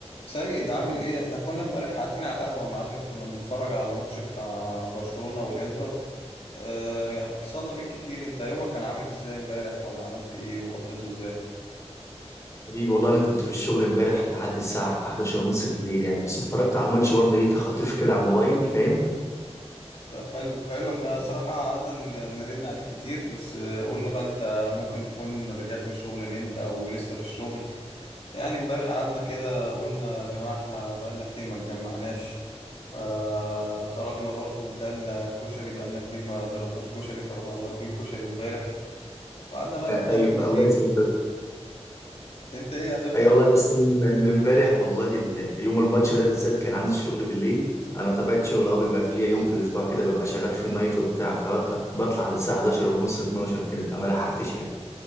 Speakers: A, on the left; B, on the left.
A: سيد عامل ايه احنا كنا امبارح قاعدين على القهوة يا معلم كنا بنتفرج على الماتش بتاع برشلونة والانتر اه اتصلنا بيك كتير انت يومك كان عامل ازاي امبارح ولا عملت ايه وقضيته ازاي
B: حبيبي والله انا كنت في الشغل امبارح لحد الساعه 11 ونص بالليل يعني بس اتفرجت على الماتش برضه ايه تخاطيف كده على الموبايل فاهم
A: لا، حلو حلو احنا
B: <laughs>
A: صراحة قعدنا ن- نرن عليك كتير بس آه، قلنا بقى انت ممكن تكون رجعت من الشغل نمت او لسه في الشغل يعني امبارح قعدنا كده قلنا يا جماعة احنا بقالنا كتير ما اتجمعناش آه خرجنا برضو وكلنا كشري بقالنا كتير ما ضربناش كشري فروحنا ضاربين كشري امبارح وقعدنا بقى نتكلم
B: ايوه
A: كتير
B: الله يسهل لك
A: انت ايه هتفضل
B: اي والله
A: انت
B: بس من- من امبارح والله ال- يوم الماتش ده بالذات كان عندي شغل بالليل انا طبيعه شغل اه بيبقى في ليا يوم في الاسبوع كده ببقى شغال في نايت وبتاع فبطلع على الساعه 11 ونص 12 كده فما لحقتش يعني